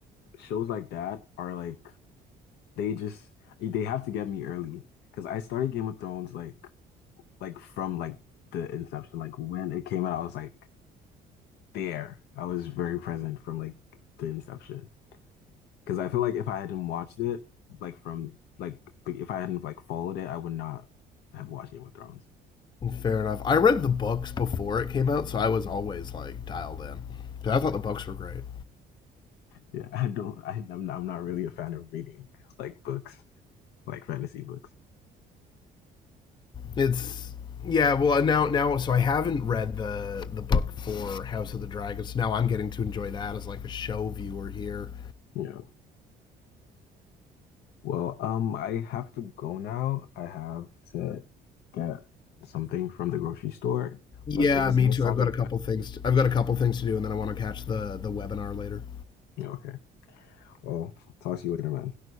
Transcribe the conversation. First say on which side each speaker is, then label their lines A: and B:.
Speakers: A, on the left; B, on the left.
A: shows like that are like they just they have to get me early because I started Game of Thrones like like from like the inception, like when it came out, I was like there. I was very present from like the inception because I feel like if I hadn't watched it, like from like if I hadn't like followed it, I would not have watched Game of Thrones.
B: Fair enough. I read the books before it came out, so I was always like dialed in. I
A: So,
B: thought the books were great.
A: yeah, <laughs> I don't. I, am not, I'm not really a fan of reading like books, like fantasy books.
B: It's yeah. Well, uh, now now so I haven't read the the book for House of the Dragons. Now I'm getting to enjoy that as like a show viewer here.
A: Yeah. Well, um, I have to go now. I have to get something from the grocery store.
B: Yeah,
A: But it was
B: me
A: nice
B: too.
A: talking
B: I've got a
A: to
B: couple
A: you, man.
B: things. To, I've got a couple things to do, and then I want to catch the the webinar later.
A: Yeah, Okay. Well, talk to you later, man.